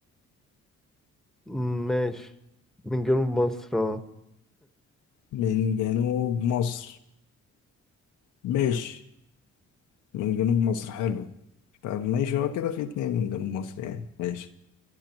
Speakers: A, in the centre; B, on the left (about 80°).
A: أمم، ماشي من جنوب مصر اه
B: من جنوب مصر ماشي من جنوب مصر حلو طب ماشي هو كده في اتنين من جنوب مصر يعني ماشي